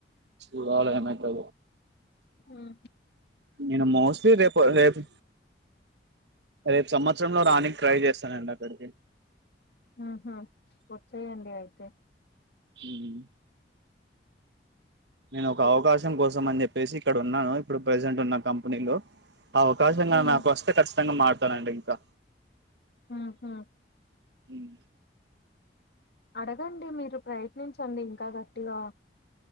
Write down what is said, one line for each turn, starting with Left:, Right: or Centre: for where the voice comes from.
Right: ఇవాళ అన్నట్టు
Left: ఆహా
Right: నేను మోస్ట్లీ రేపు రేపు రేపు సంవత్సరంలో రానికి ట్రై చేస్తానండి అక్కడికి
Left: ఆహా వచ్చేయండి అయితే
Right: హ్మ్ నేను ఒక అవకాశం కోసం అని చెప్పేసి ఇక్కడ ఉన్నాను ఇప్పుడు ప్రజెంట్ ఉన్న కంపెనీలో అవకాశంగా
Left: ఉమ్
Right: నాకు వస్తే ఖచ్చితంగా మారుతానండి ఇంకా
Left: ఆ హా
Right: ఉం
Left: అడగండి మీరు ప్రయత్నించండి ఇంకా గట్టిగా